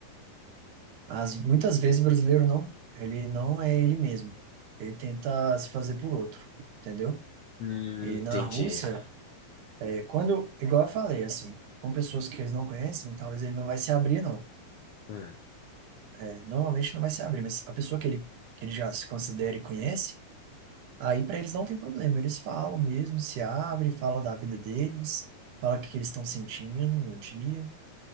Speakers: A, on the right (about 70°); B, on the left (about 70°).
A: As, muitas vezes o brasileiro não, ele não é ele mesmo. Ele tenta se fazer por outro, entendeu?
B: Hum,
A: E
B: entendi.
A: na Rússia Quando, igual eu falei, assim, com pessoas que eles não conhecem, talvez ele não vai se abrir, não.
B: Hum.
A: É, Normalmente não vai se abrir, mas a pessoa que ele, que ele já se considera e conhece, aí para eles não tem problema. Eles falam mesmo, se abrem, fala da vida deles, fala o que que eles estão sentindo no dia.